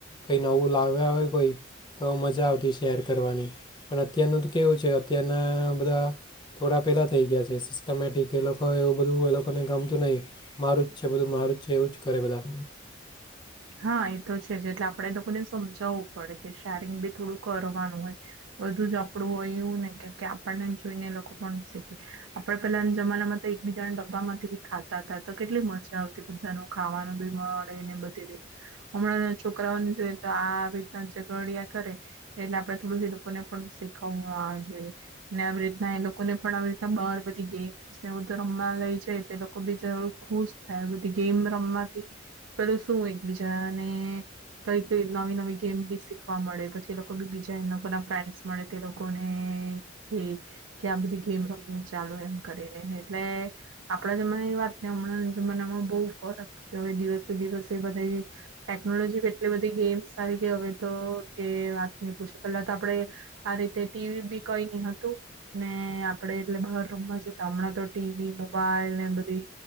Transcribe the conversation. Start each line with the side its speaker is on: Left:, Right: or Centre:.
Left: કંઈ નવું લાવ્યા હોય કોઈ તો મજા આવતી શેર કરવાની. પણ અત્યારનું તો કેવું છે અત્યારના બધા થોડા પહેલાં થઈ ગયા છે સિસ્ટમેટિક, એ લોકો એવું બધું એ લોકોને ગમતું નહીં. મારું જ છે, બધું મારું જ છે, એવું જ કરે બધા.
Right: હા. એ તો છે જ જે એટલે આપડે એ લોકોને સમજાવવું પડે. કે શેરિંગ બી થોડું કરવાનું હોય. બધું જ આપડું હોય એવું ને કે કે આપણને જોઈને એ લોકો પણ શીખે. આપણ પેલાના જમાના માં તો એકબીજાને ડબ્બામાંથી બી ખાતા હતા તા. તો કેટલી મજા આવતી બધાનું ખાવાનું બી મળે ને બધી રીત હમણાંના છોકરાઓને જોઈએ તો આ આવી રીતના ઝઘડિયા કરે. એટલે આપડે થોડું જ એ લોકોને પણ શીખવા જોઈએ. ને આવી રીતના એ લોકોને પણ આવી રીતના બહાર બધી ગે <unintelligible> રમવા લઈ જાય, તે લોકો બીચારું ખુશ થાય બધી ગેમ રમવાથી પેલું શું હોય બીજાને કઈ-કઈ નવી-નવી ગેમ બી શીખવા મળે, પછી એ લોકો બી બીજા એ લોકો ના ફ્રેન્ડસ મળે તે લોકોને કે, કે આ બધી ગેમ રમીએ ચાલો કરીને એટલે આપણા જમાનાની વાત હમણાં જમાનામા બહુ ફરક હવે દિવસે-દિવસે વધ ટે ટેકનોલોજી ભી એટલી બધી ગેમ્સ આવી ગઈ, હવે તો કે વાત ન પૂછો. પેલા તો આપડે આ રીતે ટીવી બી કઈ ની હતું ને આપડે એટલે બહારનું હમણાં તો ટીવી, મોબાઈલ ને બધી